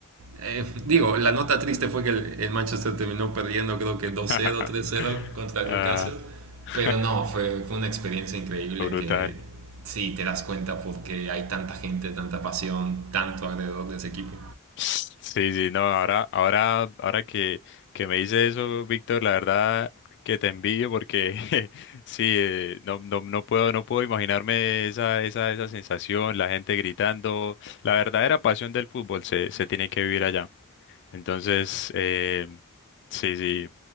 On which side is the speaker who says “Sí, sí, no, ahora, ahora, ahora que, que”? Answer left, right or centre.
Left